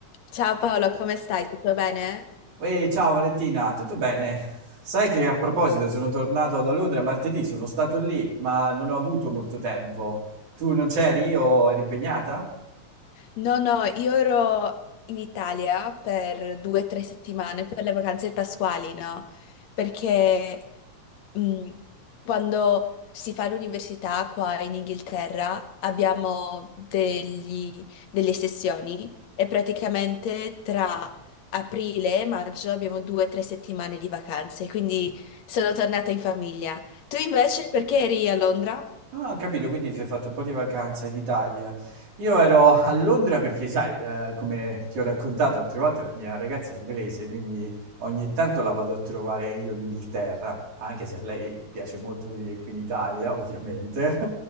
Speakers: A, on the left (about 70°); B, on the right (about 85°).
A: Ciao Paolo, come stai? Tutto bene?
B: Ehi, ciao Valentina, tutto bene? Sai che a proposito sono tornato da Londra martedì, sono stato lì, ma non ho avuto molto tempo. Tu non c'eri o eri impegnata?
A: No, no, io ero in Italia per due o tre settimane per le vacanze pasquali, no? Perché mh, quando si fa l'università qua in Inghilterra abbiamo degli- delle sessioni e praticamente tra aprile e maggio abbiamo due o tre settimane di vacanze, quindi sono tornata in famiglia. Tu invece perché eri a Londra?
B: Ah, ho capito, quindi ti sei fatto un po' di vacanza in Italia. Io ero a Londra perché, sai, eh, come ti ho raccontato altre volte, la mia ragazza è inglese, quindi ogni tanto la vado a trovare io in Inghilterra, anche se a lei piace molto venire qui in Italia, ovviamente.